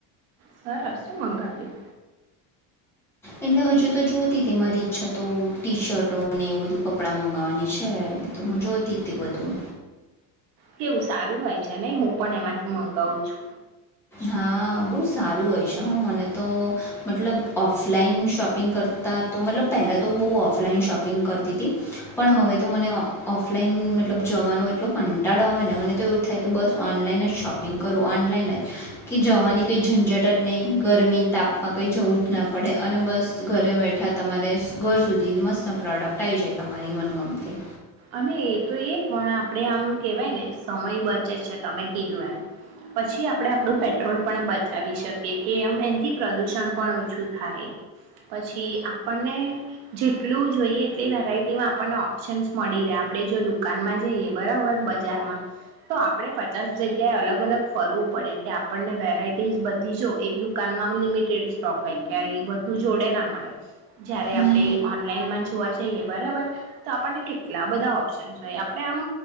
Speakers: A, on the right; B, in the centre.
A: સરસ શુ મંગાવ્યું?
B: એટલે હજુ તો જોતી હતી મારી ઈચ્છા તો ટી શર્ટો અને એવું બધું કપડા મંગાવવાની છે. તો હું જોતી હતી બધું.
A: કેવું સારું હોય છે ને. હું પણ એમાંથી મંગાવું છુ.
B: હા બહુ સારું હોય છે. હા મને તો મતલબ ઓફલાઈન શોપિંગ કરતા તો મતલબ પહેલાં તો બહુ ઓફલાઈન શોપિંગ કરતી હતી. પણ હવે તો મને ઓફલાઈન મતલબ જવાનું એટલો કંટાળો આવે ને. મને તો એવું થાય કે બસ ઓનલાઈન જ શોપિંગ કરું. ઓનલાઈન જ કે જવાની કઈ ઝંઝટ જ નહી. ગરમી તાપમાં કઈ જવું જ ના પડે. અને બસ ઘરે બેઠા તમારે ઘર સુધી મસ્ત પ્રોડક્ટ આવી જાય તમારી મનગમતી.
A: અને એ તો એ પણ આપડે આમ કેવાય ને સમય બચે છે તમે કીધું એમ. પછી આપણે આપણું પેટ્રોલ પણ બચાવી શકીએ. કે એમ એથી પ્રદુષણ પણ ઓછું થાય. પછી આપણને જેટલું જોઈએ તે વેરાયટી તેમાં આપણને ઓપ્શન્સ મળી રહે આપણે જો દુકાનમાં જઈએ બરાબર બજારમાં તો આપણે પચાસ જગ્યાએ અલગ અલગ ફરવું પડે કે આપણને વેરાઈ તેજ બતી જો એક દુકાનમાં આ લિમિટેડ સ્ટોક હોય કઈ બધું જોડે ના મળે. જયારે
B: હમ.
A: આપડે ઓનલાઈન માં જ જોવા જઈએ બરાબર. તો આપણને કે ટલા બધા ઓપ્શનસ હોય. આપડે આમ